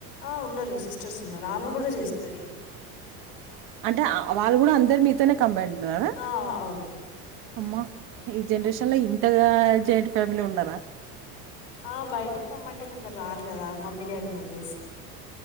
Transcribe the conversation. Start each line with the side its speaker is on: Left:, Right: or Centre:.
Left: ఆ ఉన్నారు సిస్టర్స్ ఉన్నారు ఆమె కూడా చేస్తది.
Right: అంటే వాళ్ళు కూడా అందరు మీతోనే కంబైన్డ్ ఉన్నారా
Left: ఆ అవును
Right: అమ్మా. ఈ జనరేషన్
Left: హ్మ్.
Right: లో ఇంతగా జాయింట్ ఫ్యామిలీ ఉన్నారా.
Left: ఆ బయటికి రమ్మంటే కొందరు రారు కదా మమ్మీ డాడీని వదిలేసి.